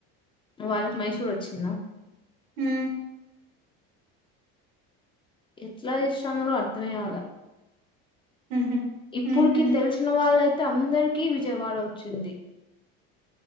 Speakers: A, on the left (about 15°); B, on the right (about 85°).
A: వాళ్ళకు మైసూర్ వచ్చింద
B: హు
A: ఎట్లా ఇష్టన్న అర్థంయ్వాల
B: ఉహు
A: ఇప్పుటికి
B: ఉమ్
A: తెలిసిన వాళ్ళయితే అందరికీ విజయవాడ వచ్చింది